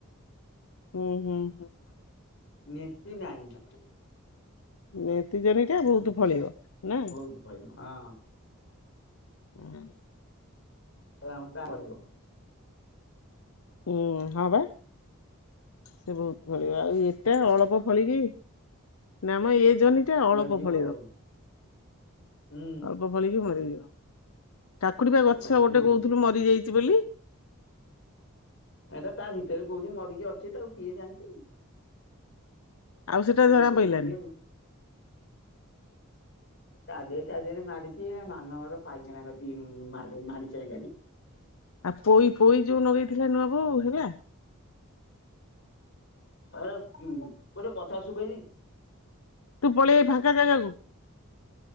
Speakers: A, on the left (about 80°); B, on the left (about 55°).
A: ହୁଁ ହୁଁ ହୁଁ।
B: ନେତି ନାହିଁ।
A: ନେତି ଜହ୍ନିଟା ବହୁତୁ ଫଳିବ। ନା
B: ବହୁତ ଫଳିବ ହଁ।
A: ହଁ।
B: କହିଲା ହଁ ତା ପଡିବ।
A: ହୁଁ ହଁ ବା ସେ ବହୁତ ଫଳିବ ଆଉ ଏଟା ଅଳପ ଫଳିକି। ନାମ ଏ ଜହ୍ନୀଟା ଅଳପ
B: ମରିଯିବ
A: ଫଳିବ।
B: ଆଉ ହୁଁ।
A: ବ ଭଳିକି ମରିଯିବ ଠାକୁଡି ବା
B: ଅଳ୍ପ
A: ଗଛ
B: କରି
A: ଗୋଟେ
B: ମରିବ
A: କହୁଥିଲୁ ମରି ଯାଇଛି ବୋଲି।
B: ଏଟା ତା ଭିତରେ କୋଉଠି ମରିକି ଅଛି ତାକୁ କିଏ ଜାଣିଛି।
A: ଆଉ ସେଟା
B: ତା
A: ଜଣା
B: ଭିତରେ
A: ପଇଲାନି।
B: କୋଉଠି ତା ଦେହ ତା ଦେହରେ ମାଡିଛି ଆ ମାନ ଘର ପାଇଖାନା କତିକି ଉଁ ମାଡି ମାଡି ସାରିଲାଣି।
A: ଆଉ ପୋଇ ପୋଇ ଯୋଉ ନଗେଇଥିଲା ନୂଆବୋଉ ହେଲା।
B: ଆ କୁଉଁ ଗୋଟେ କଥା ଶୁବେନି
A: ତୁ ପଳେ ଆଇ ଫାଙ୍କା ଜାଗାକୁ।